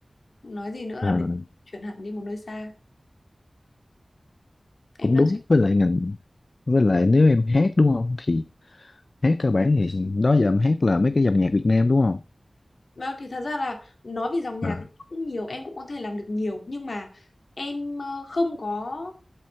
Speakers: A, on the left; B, on the left.
A: nói gì nữa là
B: à,
A: để chuyển hẳn đi một nơi xa em
B: cũng
A: đang
B: đúng với lại ngành với lại nếu em hát đúng không thì hát cơ bản thì đó giờ em hát là mấy cái dòng nhạc Việt Nam đúng không
A: Vâng, thì thật ra là nói về dòng nhạc
B: à
A: thì cũng nhiều, em cũng có thể làm được nhiều nhưng mà em ờ, không có